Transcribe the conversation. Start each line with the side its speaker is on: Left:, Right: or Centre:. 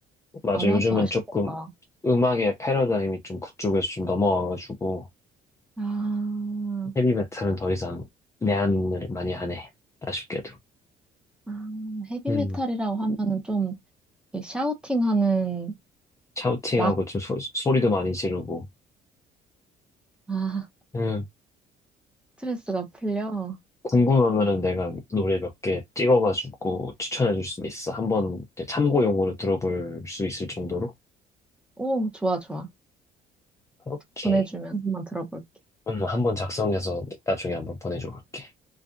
Left: 맞아.
Centre: 안 와서
Left: 요즘은
Centre: 아쉽겠다.
Left: 조금 음악의 패러다임이 좀 그쪽에서 좀 넘어와가지고
Centre: 아,
Left: 헤비 메탈은 더 이상 내한을 많이 안 해. 아쉽게도.
Centre: 아, 헤비메탈이라고
Left: 음,
Centre: 하면은 좀 이렇게 샤우팅하는
Left: 샤우팅하고
Centre: 락,
Left: 좀 소, 소리도 많이 지르고.
Centre: 아,
Left: 음.
Centre: 스트레스가 풀려.
Left: 궁금하면은 내가 노래 몇 개 찍어가지고 추천해 줄 수 있어. 한번 이제 참고용으로 들어볼 수 있을 정도로?
Centre: 오, 좋아, 좋아.
Left: 오케이.
Centre: 보내주면 한번 들어볼게.
Left: 음, 한번 작성해서 나중에 한번 보내줘 볼게.